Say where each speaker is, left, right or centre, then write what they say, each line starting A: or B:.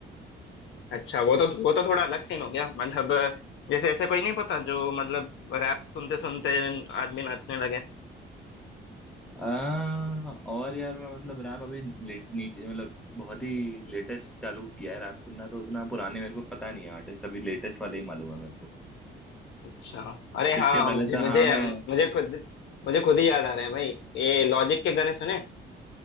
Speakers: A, on the left (about 70°); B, in the centre.
A: अच्छा वो तो वो तो थोड़ा अलग सीन हो गया मतलब अ, जैसे ऐसे कोई नहीं पता जो मतलब रैप सुनते सुनते आदमी नाचने लगे
B: आ, और यार मैं मतलब रैप अभी लेट नीचे मतलब बहुत ही लेटेस्ट चालू किया है रैप सुनना तो उतना पुराने मेरे को पता नहीं है आर्टिस्ट अभी लेटेस्ट वाले ही मालूम है मेरे को
A: अच्छा अरे हाँ
B: इसके पहले
A: मुझे
B: तो
A: मुझे
B: हाँ मैं
A: मुझे खुद मुझे खुद ही याद आ रहा है भाई ये लॉजिक के गाने सुने